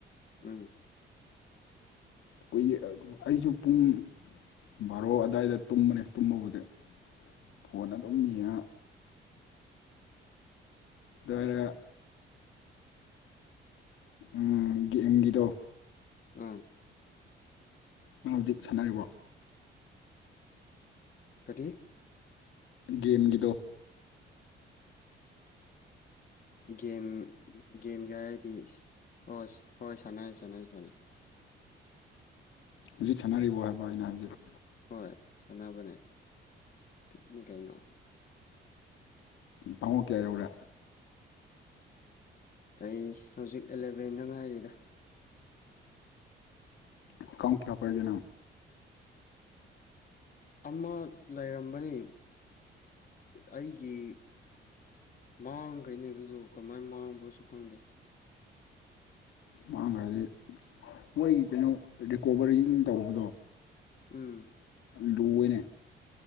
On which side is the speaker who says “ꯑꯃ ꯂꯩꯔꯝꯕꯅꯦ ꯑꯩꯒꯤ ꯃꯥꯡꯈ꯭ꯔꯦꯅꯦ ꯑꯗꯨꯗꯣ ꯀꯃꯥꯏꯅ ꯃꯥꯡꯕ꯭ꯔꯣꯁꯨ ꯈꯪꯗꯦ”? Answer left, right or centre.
Left